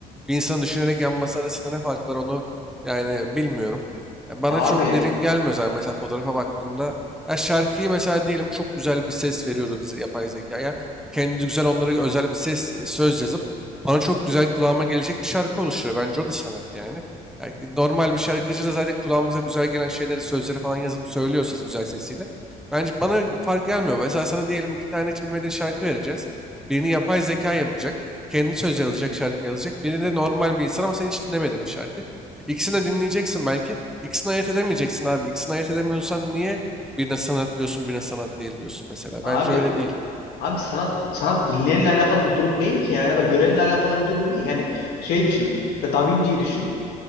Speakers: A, in the centre; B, on the left (about 75°).
A: bir insanın düşünerek yapması arasında ne fark var onu yani bilmiyorum. Ya bana
B: Abi,
A: çok derin gelmiyor zaten mesela fotoğrafa baktığımda. Ya şarkıyı mesela diyelim çok güzel bir ses veriyoruz biz yapay zekaya. Kendi güzel onlara özel bir ses söz yazıp bana çok güzel kulağıma gelecek bir şarkı oluşturuyor. Bence o da sanat yani. Yani normal bir şarkıcı da zaten kulağımıza güzel gelen şeyleri, sözleri falan yazıp söylüyorsa güzel sesiyle. Bence bana fark gelmiyor. Mesela sana diyelim iki tane hiç bilmediğin şarkı vereceğiz. Birini yapay zeka yapacak. Kendi söz yazacak, şarkı yazacak. Birini de normal bir insan ama sen hiç dinlemedin bir şarkı. İkisini de dinleyeceksin belki. İkisini ayırt edemeyeceksin abi. İkisini ayırt edemiyorsan niye birine sanat diyorsun, birine sanat değil diyorsun mesela.
B: abi
A: Bence öyle değil.
B: Abi sanat sanat dinleyenle alakalı bir durum değil ki ya ya da görenle alakalı bir durum değil. Yani şey düşün. işte Da Vinci'yi düşün.